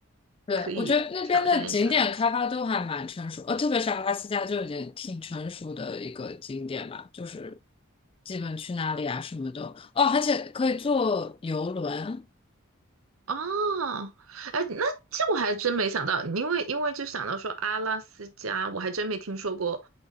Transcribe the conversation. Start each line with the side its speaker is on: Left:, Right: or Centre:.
Left: 对，
Right: 可以挑战一下。
Left: 我觉得那边的景点开发都还蛮成熟，呃，特别是阿拉斯加就已经挺成熟的一个景点吧，就是基本去哪里啊什么的，哦，而且可以坐游轮，
Right: 哦，哎，那这我还真没想到，因为因为就想到说阿拉斯加，我还真没听说过，